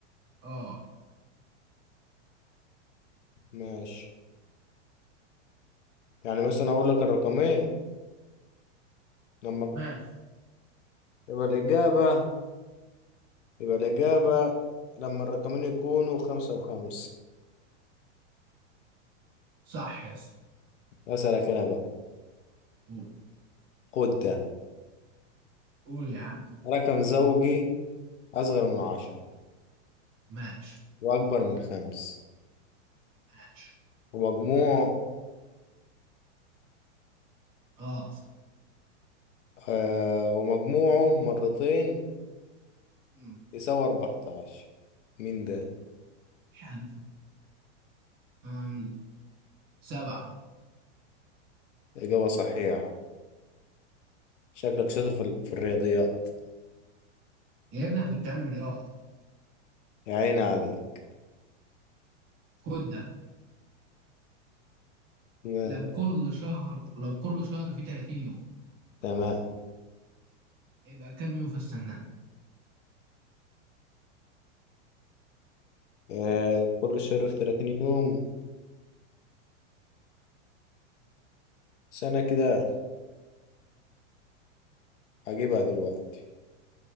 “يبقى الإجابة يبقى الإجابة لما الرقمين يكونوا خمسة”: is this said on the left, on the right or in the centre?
Left